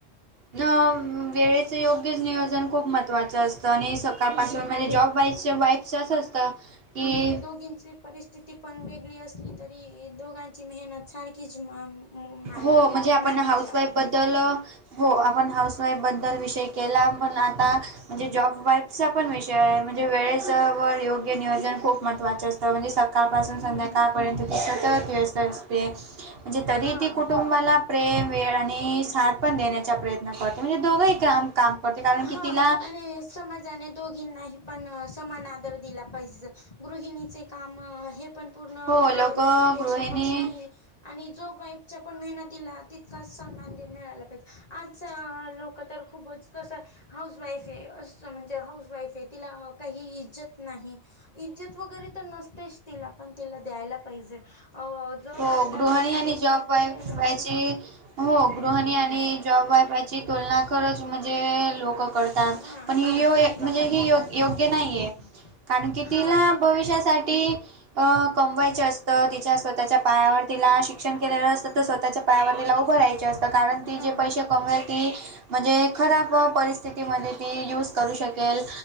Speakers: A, on the right (about 60°); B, on the left (about 35°).
A: न वेळेचं योग्यच नियोजन खूप महत्त्वाचं असतं, आणि स कापासून म्हणजे जॉब वाईब च, वाईफच असं असतं की
B: होगिच, परिस्थिती पण वेगळी असली तरी, दोघांची मेहनत सारखीच मा माल
A: हो म्हणजे, आपण
B: मानली
A: हाऊस
B: जाते
A: वाईफ बद्दल, हो आपण हाऊसवाईफबद्दल विषय केला, पण आता म्हणजे जॉब वाईफ, पण विषय आहे, म्हणजे वेळेस वर योग्य नियोजन खूप, महत्वाचं असतं म्हणजे सकाळपासून
B: हम्म
A: संध्याकाळपर्यंत ती, सतत व्यस्त असते म्हणजे तरी
B: हा
A: ती, कुटुंबाला प्रेम वेळ आणि, साथ पण देण्याचा प्रयत्न करते, म्हणजे दोघंही काम, काम करते, कारण
B: हा
A: की तिला
B: आणि समाजाने दोघींनाही पण समान आदर दिला पाहिजे, गृहिणीचे काम हे पण, पूर्ण
A: हो
B: वेळ
A: लोक
B: नोकरीपेक्षा
A: गृहिणी
B: कमी नाही, आणि जो वाईफच्या, पण मेहनतीला तितकाच सन्मान दिन मिळाला पाहिजे आज लोकं तर खूपच कसं, हाऊस वाईफ आहे असतं म्हणजे हाऊस वाईफ आहे तिला काही इज्जत नाही. इज्जत वगैरे तर नसतेच तिला पण तिला द्यायला. पाहिजे. अ जॉब
A: हो
B: वाईफला
A: गृहिणी
B: जशी
A: आणि
B: इज्जत
A: जॉब
B: भेटते
A: वाईफ
B: ना
A: याची हो गृहिणी
B: हा
A: आणि, जॉब वाईफची तुलना खरंच म्हणजे लोक, करतात
B: हा
A: पण य
B: आदर दिला
A: म्हणजे
B: पाहिजे
A: ह
B: सन्मान
A: योग्य
B: केला
A: नाहीये.
B: पाहिजे.
A: कारण की
B: हा
A: तिला भविष्यासाठी अ कमवायचे असत. तिच्या स्वतःच्या पायावर तिला शिक्षण केलेलं असतं तर स्वतःच्या पायावर तला उभं रायं असतं. तर कारण ती
B: हा
A: जे पैसे कमवेल ती म्हणजे खराब परिस्थितीमध्ये ती यूज, करू शकेल